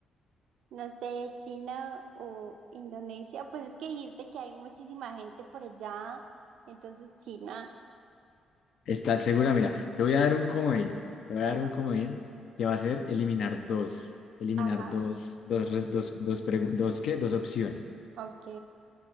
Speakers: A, on the right; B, on the left.
A: No sé, China o Indonesia. Pues es que dijiste que hay muchísima gente por allá. Entonces, China.
B: ¿Estás segura? Mira, te voy a dar un comodín. Te voy
A: Ajá.
B: a dar un comodín que va a ser eliminar dos. Eliminar
A: Ajá.
B: dos, dos, res- dos, dos, pregu- dos, ¿qué? Dos opciones.
A: Ok.